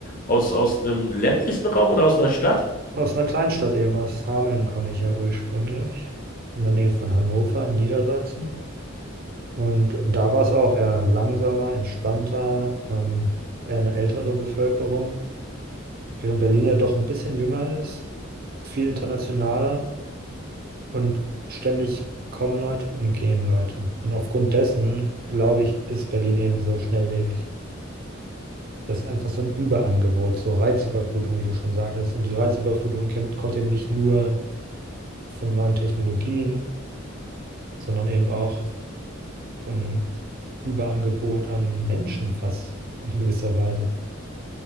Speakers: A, on the left; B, on the right.
A: aus, aus einem ländlichen Raum oder aus einer Stadt?
B: Aus einer Kleinstadt eben, aus Hameln komme ich ja ursprünglich. In der Nähe von Hannover, in Niedersachsen. Und da war es auch eher langsamer, entspannter, ähm, eher eine ältere Bevölkerung. Während Berlin ja doch ein bisschen jünger ist, viel internationaler und ständig kommen Leute und gehen Leute. Und aufgrund dessen, glaube ich, ist Berlin eben so schnelllebig. Das ist einfach so ein Überangebot, so Reizüberflutung, wie du schon sagtest. Und die Reizüberflutung kommt, kommt eben nicht nur von neuen Technologien, sondern eben auch von Überangebot an Menschen fast in gewisser Weise